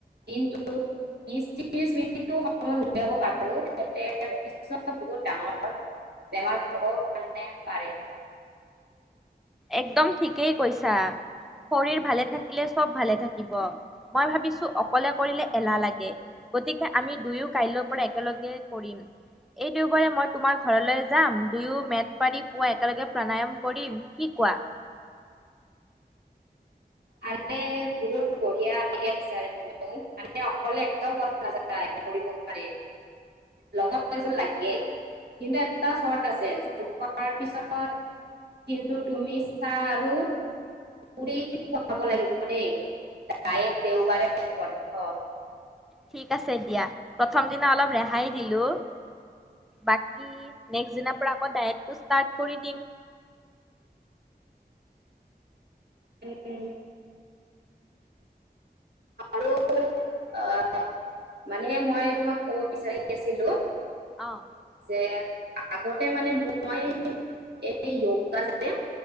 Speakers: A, on the right; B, in the centre.
A: দিনটো বিশ-ত্ৰিশ মিনিটো সময় উলিয়াব পাৰো, তেন্তে ভৱিষ্যত বহুত ডাঙৰ বেমাৰ নহব মানে পাৰে।
B: একদম ঠিকেই কৈছা, শৰীৰ ভালে থাকিলে চব ভালে থাকিব। মই ভাবিছো অকলে কৰিলে এলাহ লাগে, গতিকে আমি দুয়ো কাইলৈৰ পৰা একেলগে কৰিম। এই দেওবাৰে মই তোমাৰ ঘৰলৈ যাম দুয়ো মেট পাৰি পুৱা একেলগে প্ৰাণায়াম কৰিম। কি কোৱা?
A: আৰে বহুত বঢ়িয়া আইডিয়া দিচা দেখোন তুমি মোক, মানে অকলে একদম মন নাযায় কৰিব বাবে, লগত এজন লাগেই কিন্তু এটা এটা চৰ্ট আছে যোগ হোৱাৰ পিছত কিন্তু তুমি চাহ আৰু পুৰি খাব লাগিব দেই, ডায়েট দেওবাৰে বন্ধ।
B: ঠিক আছে দিয়া, প্ৰথম দিনা অলপ ৰেহাই দিলো বাকি নেক্সট দিনাৰ পৰা আকৌ ডাইটটো ৰ্ষ্টাট কৰি দিম।
A: উম। অ' মানে মই তোমাক ক'ব বিচাৰি আছিলো।
B: অ',
A: যে আগতে মানে মই এই য়োগা যে